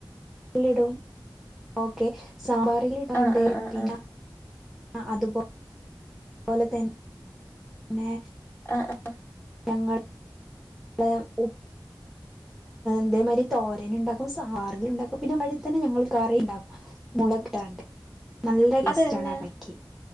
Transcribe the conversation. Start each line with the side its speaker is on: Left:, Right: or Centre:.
Centre: സ്പീഡോ? ഓക്കെ. സാമ്പാറിലിടാറുണ്ട്.
Left: ആഹ് ആഹ് ആഹ്
Centre: പിന്നെ
Left: ആഹ്
Centre: ആ അതുപോ പോലെ തന്ന പിന്നെ
Left: ആ ആ
Centre: ഞങ്ങൾ ക്ക് ഉപ് ഇതേമാതിരി തോരനുണ്ടാക്കും. സാമ്പാറിലുണ്ടാക്കും. പിന്നെ വഴുതനഞങ്ങൾ കറി ഉണ്ടാക്കും. മുള ടുണ്ട്. നല്ല ടേസ്റ്റാണ്
Left: അതെന്നെ
Centre: ആ കറിയ്ക്ക്.